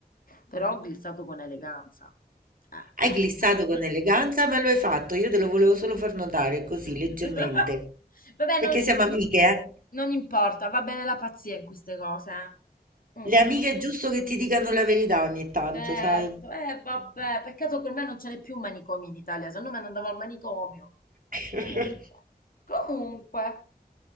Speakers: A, on the left; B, on the right.
A: però glissato con eleganza. Eh,
B: hai
A: eh,
B: glissato con
A: eh.
B: eleganza, ma lo hai fatto. Io te lo volevo solo far notare così,
A: <laughs>
B: leggermente.
A: Vabbè,
B: Perché
A: non,
B: siamo amiche,
A: n-
B: eh?
A: non importa, va bene la pazzia in queste cose. eh. Mm,
B: Le amiche è giusto che ti dicano la verità ogni tanto,
A: certo,
B: sai?
A: eh, vabbè, peccato che ormai non ce n'è più un manicomio in Italia, se no me ne andavo al manicomio.
B: <laughs>
A: Comunque, comunque.